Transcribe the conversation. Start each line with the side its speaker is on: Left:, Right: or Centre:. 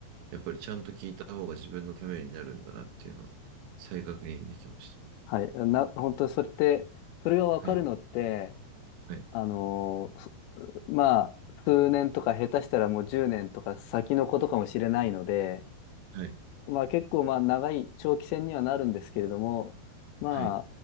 Right: やっぱりちゃんと聞いた方が自分のためになるんだなっていうのは、再確認できまし
Left: はい。な、本当それって、それが分かるのって、
Right: た。はい。はい。
Left: あのーまあ、数年とか下手したらもう10年とか先のことかもしれないので、
Right: はい。
Left: まあ結構まあ長い長期戦にはなるんですけれども、ま
Right: はい。